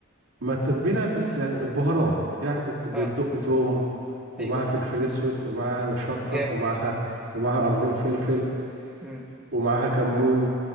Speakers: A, on the right; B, in the centre.
A: ما التتبيلة بس يعني البهارات يعني بت- بتدق
B: اه
A: توم ومعاها
B: ايوه
A: فلفل اسود ومعاها شطة
B: جامد
A: ومعاها ومعاها قرنين فلفل
B: امم
A: ومعاها كمون